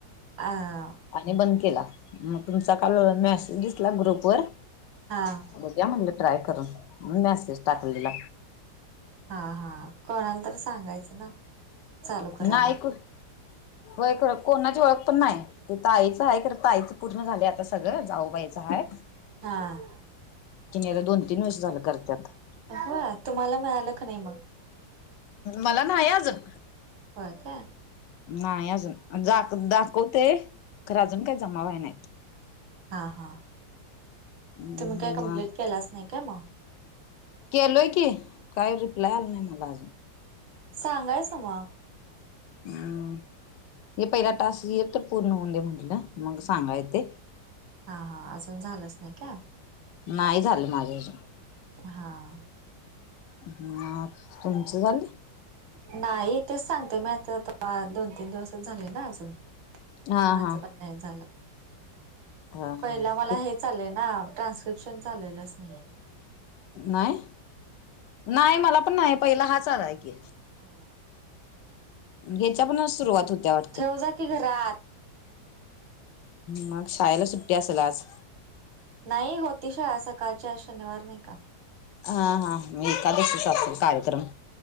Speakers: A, on the right; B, on the left.
A: आ!
B: आणि बंद केला मग तुमचा काल मेसेज दिसला ग्रुप वर.
A: हां!
B: बघुया म्हनलं ट्राय करून मेसेज टाकून दिला.
A: हा हा कोणाला तर सांगायचं ना! चालू करायला
B: नाही कु होय कोणाची ओळख पण नाय, इत आईच आहे कर. ताई चं पूर्ण झालंय आता सगळं जाऊबायीचं हाय.
A: हा!
B: किनीं आता दोन तीन वर्ष झालं करत्यात.
A: <inaudible> तुम्हाला मिळालं का नाही मग.
B: मला नाही अजून.
A: होय काय!
B: नाही अजून जा दाखवतेय खरं अजून काय जमावय नाहीत.
A: हा हा
B: हम्म
A: तुम्ही काय कम्प्लीट
B: मग
A: केलाच नाही का म.
B: केलोय की काय रिप्लाय आला नाही मला अजून.
A: सांगायसं ना! <inaudible>
B: हम्म हे पहिला टास्क ये त पूर्ण होऊन दे म्हटलं, मंग सांगाय ते!
A: हा हा अजून झालंच नाही का!
B: नाही झालं माझ्या अजून.
A: हां
B: हा तुमचं झालं.
A: नाही तेच सांगते मी आता दोन तीन दिवसच झाले ना अजून
B: हा
A: माझं
B: हा
A: पण नाही झालं
B: हा
A: पहिला
B: हा
A: मला
B: कि
A: हे चाललंय ना ट्रान्स्क्रिप्शन चालू आहे जास्त
B: नाही नाही मला पण नाही पहिला हाच आला आहे की
A: हो
B: ह्याच्या पणच सुरुवात होती बघा
A: ठेव जा की घरात
B: मग शाळेला सुट्टी असेल आज
A: नाही होती शाळा सकाळची आज शनिवार नाही का?
B: हा हां मी एकादशी कार्यक्रम